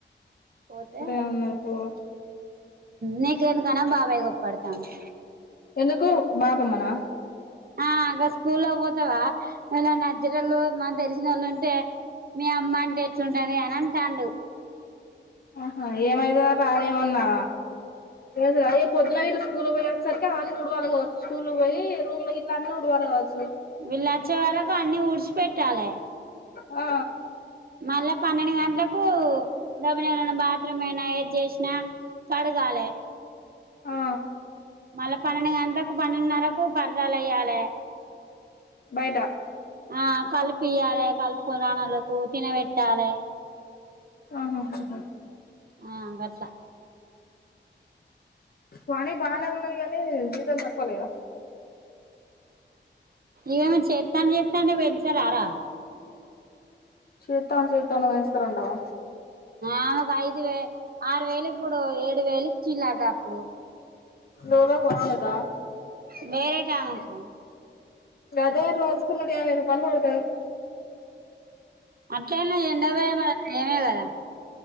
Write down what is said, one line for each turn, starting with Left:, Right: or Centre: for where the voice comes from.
Right: పోతే
Left: ఏమున్నది పో
Right: నీకెందుకనో బాబాయి కో పడ్తండు
Left: ఎందుకు బపమ్మనా
Right: ఆ గ స్కూల్లో పోతవా ఇళ న జెల్సినోళ్లు మ తెలిసినోళ్ళు ఉంటే మీ అమ్మ అంటే యెట్లుంటదే అని అంటండు
Left: ఆహా ఏమైతదట అదేమన్నా చేసుడా ఇగ పొద్దున వీళ్లు స్కూల్ పోయే ఆచేసరికి అవన్నీ ఉడవాలి కావచ్చు స్కూల్ పోయి రూమ్ల గిట్లా అన్నీ ఉడవాలి కావచ్చు
Right: వీళ్ళచ్చే వరకు అన్ని ఊడ్చి పెట్టాలే
Left: ఆ
Right: మళ్ళ పన్నెండు గంటలకు కు దబ్బనయేవలన్న బాత్రూమ్ అయినా ఏది చేసినా కడగాలే
Left: ఆ
Right: మళ్ళా పన్నెండు గంటలకు పన్నెండున్నరకు పరదాలేయ్యాలే
Left: బయట
Right: ఆ కలిపియ్యాలే కలుపుకొనురానోలకు తినవేట్టాలే
Left: ఆహాహాహా
Right: ఆ గట్ల
Left: పని బానే ఉన్నది గానీ జీతం తక్కువ లేదా
Right: ఏమో చేతంటే చేతాంటే పేంచారారా
Left: చేతంటే చేతాంటే పెంచుతరంటవా
Right: ఆమెకు ఐదు వే ఆరు వేలు ఇప్పుడు ఏడు వేలు ఇచ్చిలాట అప్పుడు
Left: లోలా కొసేద
Right: వేరేటమేకు
Left: అదే రోజుకు నూట యాభై రూపాయలు పడుతది
Right: అట్లైనా ఈ ఎండ పోయే బదలు నయమే కదా